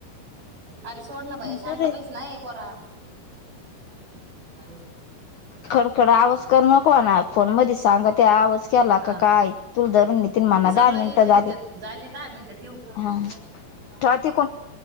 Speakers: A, on the right; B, on the left.
A: अरे सोडण बया शांत
B: बर
A: बैस ना ए पोरा काय व
B: खडखड आवासकरण. कोणा फोन मध्ये सांगा ते आवाज केला
A: हा
B: क काय? तु धरून नेतील म्हना.
A: ते सगळं
B: दहा मिनटं
A: विचारित
B: झाली
A: झाले दहा मिनिटं ठेवू
B: हा ठेवा तीकुण.